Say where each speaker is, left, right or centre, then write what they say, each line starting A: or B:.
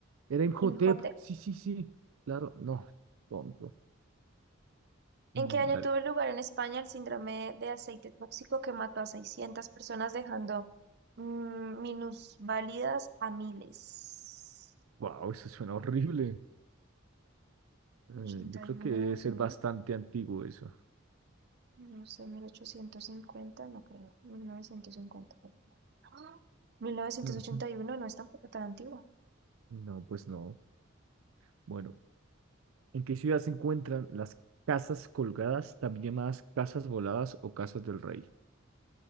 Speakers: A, on the right (about 85°); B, on the right (about 55°).
A: Era Imhotep.
B: Injote,
A: Sí, sí, sí. Claro, no. Tonto.
B: ¿En
A: Mm,
B: qué año
A: dale.
B: tuvo lugar en España el síndrome de aceite tóxico que mató a 600 personas dejando mm, minusválidas a miles?
A: Wow, eso suena horrible. Eh,
B: Ochenta
A: yo creo
B: y
A: que
B: uno
A: debe
B: dos
A: ser
B: mil,
A: bastante antiguo eso.
B: no sé, 1850 no creo, mil novecientos fue. ¡Ah! mil novecientos
A: <laughs>
B: ochenta y uno no es tampoco tan antiguo.
A: No, pues no. Bueno, ¿en qué ciudad se encuentran las casas colgadas, también llamadas casas voladas o casas del rey?